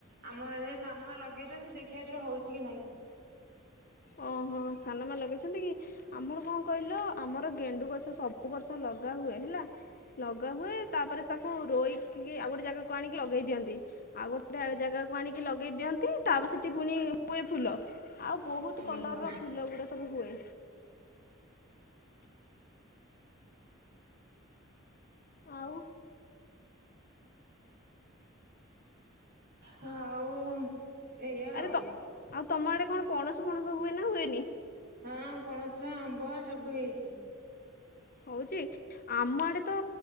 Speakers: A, on the right; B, on the left.
A: ଆମର ଏଠି ସାନ ମା ଲଗେଇଚନ୍ତି ଦେଖିବା ଏଥିରେ ହେଉଚି କି ନାହିଁ।
B: ଓହୋ। ସାନ ମା ଲଗେଇଚନ୍ତି କି? ଆମର କଣ କହିଲ ଆମର ଗେଣ୍ଡୁ ଗଛ ସବୁବର୍ଷ ଲଗା ହୁଏ ହେଲା। ଲଗାହୁଏ ତାପରେ ତାକୁ ରୋଇକି ଆଉ ଗୋଟେ ଜାଗାକୁ ଆଣିକି ଲଗେଇଦିଅନ୍ତି। ଆଉ ଗୋଟେ ଜାଗାକୁ ଆଣିକି ଲଗେଇ ଦିଅନ୍ତି ତାପରେ ସେଠି ପୁଣି ହୁଏ ଫୁଲ। ଆଉ ବୋହୁ କଲର୍
A: ଓହୋ।
B: ର ଫୁଲଗୁଡ଼ା ସବୁ ହୁଏ। ଆଉ?
A: ହଁ ଆଉ ଏଇଆ ଆଉ।
B: ଆରେ ତ ଆଉ ତମ ଆଡେ କଣ ପଣସ ଫଣସ ହୁଏ ନା ହୁଏନେହିଁ?
A: ହଁ ପଣସ ଆମ୍ବ ସବୁ ହେଇଚି।
B: ହୋଉଚି ଆମ ଆଡେ ତ